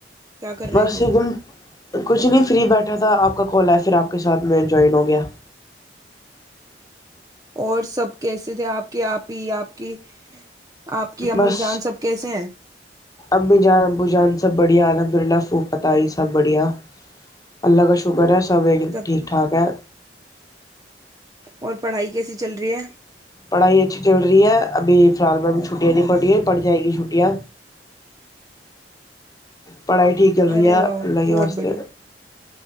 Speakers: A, on the right (about 20°); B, on the left (about 20°).
A: کیا کر رہے
B: بس
A: تھے
B: ایک دم کچھ نہیں فری بیٹھا تھا آپ کا کھولا ہے پھر اپ کے ساتھ میں جوائن ہو گیا
A: اور سب کیسے تھے اپ کے اپ ہی اپ کی آپ کی امی
B: بس
A: جان سب کیسے ہیں
B: امی جان ابو جان سب الحمدللہ سو پتہ ہی سب بڑھیا اللہ کا شکر ہے
A: سب
B: ٹھیک ٹھاک ہے
A: اور پڑھائی کیسی چل رہی ہے
B: پڑھائی اچھی چل رہی ہے ابھی فرال چھٹیاں دی پڑی ہے پڑ جائے گی چھٹیاں پڑھائی ٹھیک چل رہی
A: ارے
B: ہے
A: واہ
B: اللہ کے
A: بہت
B: واسطے
A: بڑھیا